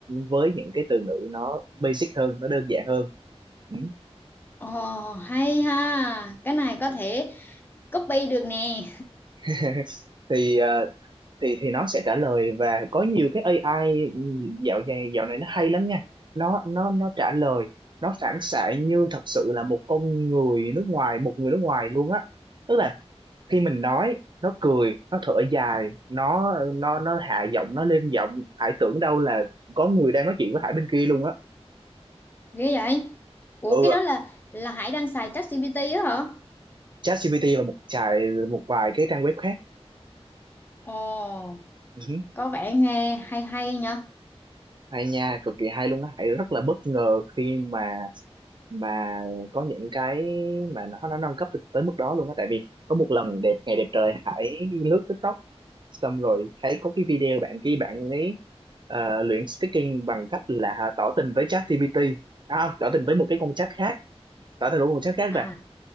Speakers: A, on the right (about 45°); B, on the left (about 20°).
A: với những cái từ ngữ nó basic hơn nó đơn giản hơn Ừ.
B: Ồ hay ha, cái này có thể copy được nè.
A: <laughs> thì ờ, thì thì nó sẽ trả lời và có nhiều cái AI dạo này dạo này nó hay lắm nha nó nó nó trả lời nó phản xạ như thật sự là một con người nước ngoài một người nước ngoài luôn á tức là khi mình nói nó cười nó thở dài nó nó nó hạ giọng nó lên giọng Hải tưởng đâu là có người đang nói chuyện với Hải bên kia luôn á
B: Ghê vậy? Ủa
A: ừ
B: cái đó là là Hải đang xài ChatGPT á hả?
A: ChatGPT và một chài một vài cái trang web khác
B: Ồ,
A: Ừ,
B: có vẻ nghe hay hay nha.
A: hay nha cực kỳ hay luôn á Hải rất là bất ngờ khi mà mà có những cái mà nó nó nâng cấp tới tới mức đó luôn á tại vì có một lần đẹp ngày đẹp trời Hải lướt TikTok xong rồi thấy có cái video bạn kia bạn ấy ờ, luyện speaking bằng cách là tỏ tình với ChatGPT à, không tỏ tình với một cái con chat khác tỏ tình với một con chat khác
B: À,
A: và